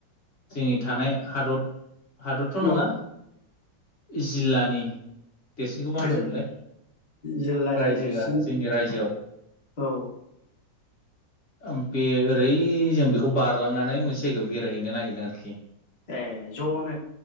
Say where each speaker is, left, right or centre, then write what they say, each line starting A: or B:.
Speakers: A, on the left; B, on the left.
A: जोंनि थानाय हादथ हादथ' नङा
B: औ
A: जिल्लानि देरसिनखौ मा
B: गोजो
A: होनो मोनलाय?
B: जिल्लानि
A: रायजोआ
B: देरसिन
A: जोंनि रायजोआव।
B: औ
A: ओम बे ओरै जों बेखौ बारलांनानै मोनसे जायगायाव बेरायहैनो नागिरदों आरोखि।
B: ए ज'नो?